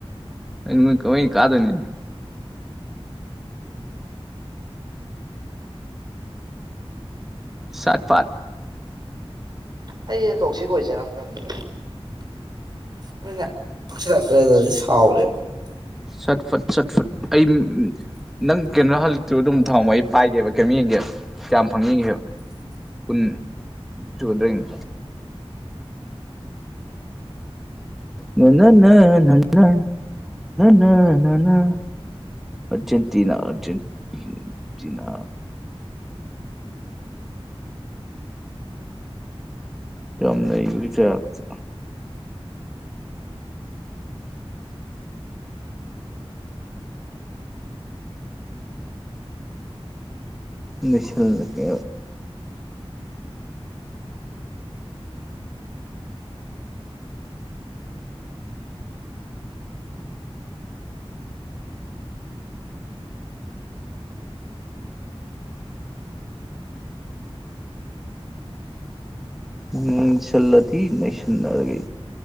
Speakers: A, in the centre; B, on the right.
A: ꯀꯩꯅꯣ <unintelligible> ꯀꯥꯗꯣꯏꯅꯣ ꯁꯠ ꯐꯠ
B: ꯑꯩ ꯇꯣꯛꯁꯤꯛ ꯑꯣꯏꯖꯔꯝꯅꯦ <inaudible> ꯅꯣꯏꯅ ꯀꯛꯁꯤꯜꯂꯛꯇ꯭ꯔꯦꯗꯗꯤ ꯁꯥꯎꯔꯦꯕ
A: ꯁꯠ ꯐꯠ ꯁꯠ ꯐꯠ ꯑꯩ ꯅꯪ ꯀꯩꯅꯣ ꯍꯜꯂꯛꯇꯔꯤꯕꯨ ꯑꯗꯨꯝ ꯊꯝꯃꯣ ꯑꯩ ꯄꯥꯏꯒꯦꯕ ꯀꯩꯝꯣꯛ ꯌꯦꯡꯒꯦꯕ ꯀꯌꯥꯝ ꯐꯪꯉꯤ ꯌꯦꯉꯤꯕ ꯀꯨꯟ ꯁꯨꯗꯣꯏꯅꯤ ꯅꯅꯅ ꯅꯅ ꯅꯅ ꯅꯅ ꯑꯔꯖꯦꯟꯇꯤꯅꯥ ꯑꯔꯖꯦꯟꯇꯤꯅꯥ ꯌꯥꯝꯅꯩꯕꯒꯤ ꯇꯥꯏꯞꯇ ꯅꯩꯁꯜꯂꯛꯀꯦ ꯎꯝ ꯁꯜꯂꯗꯤ ꯅꯩꯁꯟꯅꯔꯒꯦ